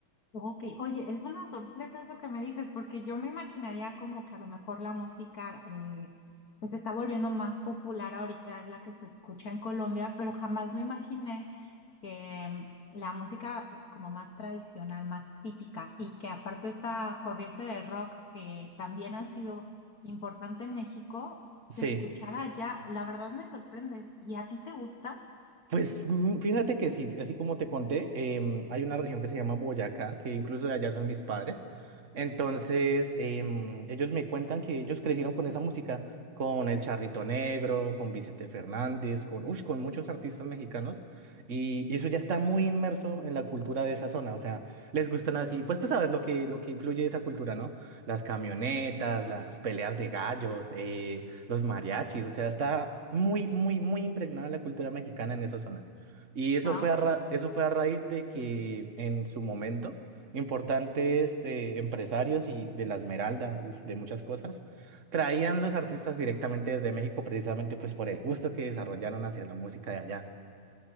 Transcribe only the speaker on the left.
Ok, oye, es una sorpresa eso que me dices, porque yo me imaginaría como que a lo mejor la música eh, pues se está volviendo más popular ahorita, es la que se escucha en Colombia, pero jamás me imaginé que mm, la música como más tradicional, más típica, y que aparte esta corriente de rock que también ha sido importante en México, se
escuchara allá, la verdad me sorprendes. ¿Y a ti te gusta?
Wow.